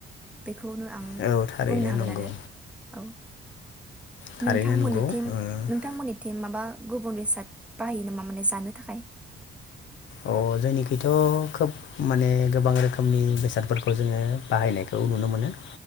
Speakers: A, in the centre; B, on the left.
A: बे खौनो आं
B: औ थारैनो
A: बुंनो हागोन
B: नंगौ
A: आरो औ।
B: थारैनो
A: नोंथांमोननिथिं
B: नंगौ ओ
A: नोंथांमोननिथिं माबा गुबुन बेसाद बाहायो नामा माने जानो थाखाय?
B: अ जोंनिखैथ' खोब माने गोबां रोखोमनि बेसादफोरखौ जोङो बाहायनायखौ नुनो मोनो।